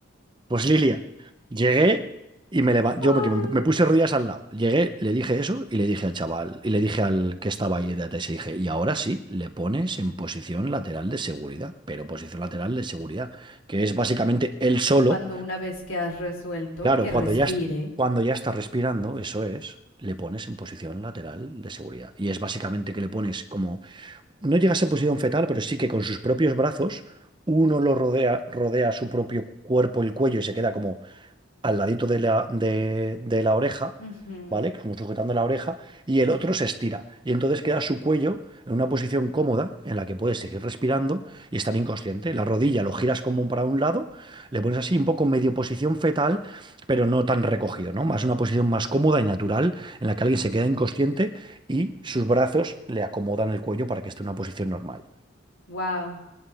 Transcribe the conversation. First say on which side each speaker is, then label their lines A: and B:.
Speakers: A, on the right; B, on the left.
A: Pues Lilia, llegué y me levanté,
B: Ah,
A: yo me, que me- me puse rodillas al lado. Llegué, le dije eso y le dije al chaval, y le dije al que estaba ahí de ATS, y dije, y ahora sí, le pones en posición lateral de seguridad, pero posición lateral de seguridad, que es básicamente él solo.
B: Cuando una vez que has resuelto
A: Claro,
B: que
A: cuando
B: respire.
A: ya, es- cuando ya está respirando, eso es, le pones en posición lateral de seguridad. Y es básicamente que le pones como, no llega a ser posición fetal, pero sí que con sus propios brazos, uno lo rodea, rodea su propio cuerpo, el cuello, y se queda como al ladito de la, de, de la oreja,
B: Ujú.
A: ¿vale? Como sujetando la oreja, y el otro se estira. Y entonces queda su cuello en una posición cómoda en la que puedes seguir respirando y estar inconsciente. La rodilla lo giras como para un lado, le pones así un poco medio posición fetal, pero no tan recogido, ¿no? Más una posición más cómoda y natural en la que alguien se queda inconsciente y sus brazos le acomodan el cuello para que esté en una posición normal.
B: Wow.